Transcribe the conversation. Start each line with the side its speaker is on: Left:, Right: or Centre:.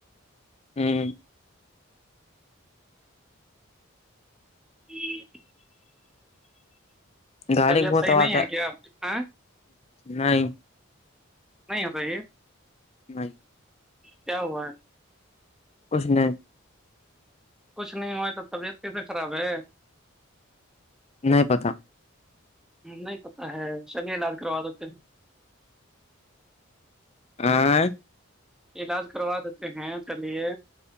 Left: ہوں
Centre: جی
Left: گاڑی
Centre: طبیعت
Left: کی بہت
Centre: صحیح
Left: آواز
Centre: نہیں
Left: ہے
Centre: کیا آپ ہاں،
Left: نہیں
Centre: نہیں ہوتا یہ
Left: نہیں
Centre: کیا ہوا ہے
Left: کچھ نہیں
Centre: کچھ نہیں ہوآ ہے تو طبیعت کیسے خراب ہے
Left: نہیں پتا
Centre: نہیں پتا ہے چلئے علاج کروا دیتے ہیں
Left: آئے
Centre: علاج کروا دیتے ہیں چلیے